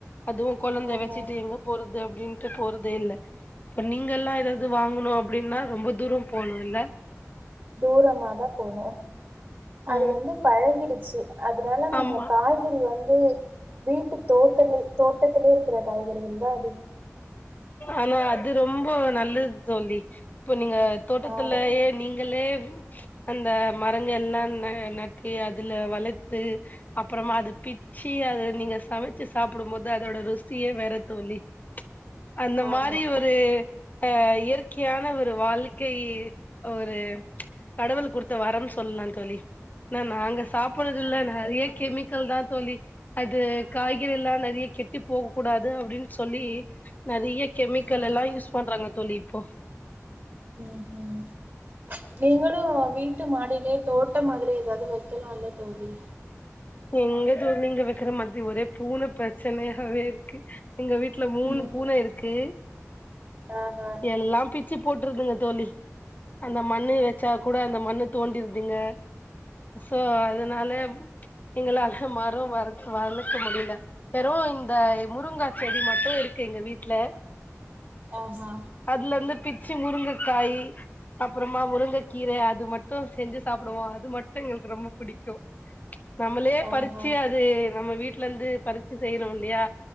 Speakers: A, on the left (about 35°); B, on the right (about 40°).
A: அதுவும் கொழந்தை வச்சிட்டு
B: ம்ஹூம்
A: எங்க போறது அப்படின்ட்டு போறதே இல்ல இப்ப நீங்க எல்லாம் ஏதாவது வாங்கணும் அப்படின்னா ரொம்ப தூரம் போணும் இல்ல
B: தூரமாதா போவோம்
A: ஆ
B: அது வந்து பழகிடுச்சு அதனால நாங்க
A: ஆமா
B: காய்கறி வந்து வீட்டு தோட்டல தோட்டத்திலேயே இருக்கிற காய்கறிகள் தான்
A: ஆனா அது ரொம்ப நல்லது தோழி இப்போ நீங்க தோட்டத்துலயே
B: ஆமா
A: நீங்களே அந்த மரங்கள் எல்லாம் நட்டு அதுல வளத்து அப்புறமா அதை பிச்சு அது நீங்க சமைச்சு சாப்புடும்போது அதோட ருசியே வேற தோழி அந்த
B: ஆமா
A: மாரி ஒரு அஹ் இயற்கையான ஒரு வாழ்க்கை ஒரு கடவுள் கொடுத்த வரம் சொல்லலாம் தோழி நாங்க சாப்பறது இல நெறைய கெமிக்கல் தான் தோழி அது காய்கறி எல்லாம் நெறைய கெட்டி போகக்க கூடாது அப்டின்னு சொ <inaudible> நெறைய கெமிக்கல்
B: ம்
A: எல்லாம் யூஸ் பண்றாங்க தோழி இப்போ
B: ம் ம் நீ <inaudible> லும் வீட்டு மாடில தோட்டம் மாரி ஏதாவது வைக்கலாம் இல்ல தோழி
A: எங்க தோழி ங்க வைக்கிற மாரி ஒரே பூனை பிரச்சனையாவே இருக்கு எங்க வீட்டுல மூணு
B: ம்ஹூம்
A: பூனை இருக்கு
B: ஆஹா
A: எல்லாம் பி வச்ச போட்டுதுங்க தோ அந்த மண்ணு வைச்சா கூட அந்த மண்ணு தோண்டியிருது ங்க சோ அதனால ங்கள மரம் வர வரலக்க முடியல பெறோம் இந்த முருங்கா செடி மட்டும் இருக்கு எங்க வீட்டு இல
B: ஆஹா
A: அதுல இருந்து பிச்சு முருங்கைக்காய் அப்புறமா முருங்கை கீரை அது மட்டும் செஞ்சு சாப்பி போடுவோம் அது மட்டும் எங்களுக்கு ரொம்ப பிடிக்கும் சோ நம்மளே
B: ஆஹா
A: பறிச்சு அது நம்ம வீட்டு லரந்து பறிச்சு செய்யிறோம் இல்லயா